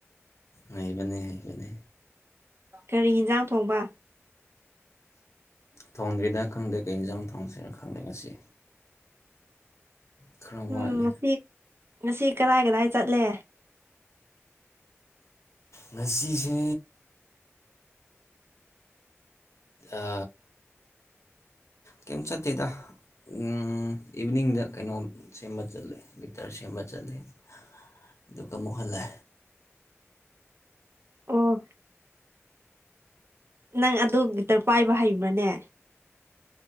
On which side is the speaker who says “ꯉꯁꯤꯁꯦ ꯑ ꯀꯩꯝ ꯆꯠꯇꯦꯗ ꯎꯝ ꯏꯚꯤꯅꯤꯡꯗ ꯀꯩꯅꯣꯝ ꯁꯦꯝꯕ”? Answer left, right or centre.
Left